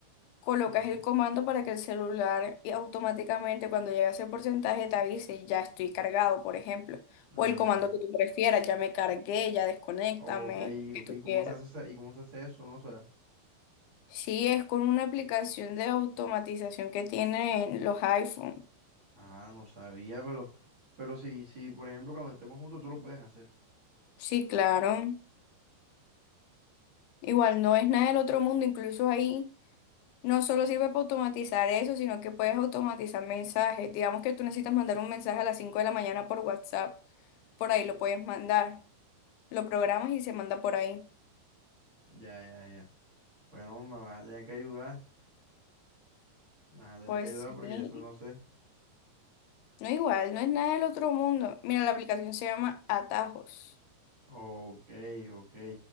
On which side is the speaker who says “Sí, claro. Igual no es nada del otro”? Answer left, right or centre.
Left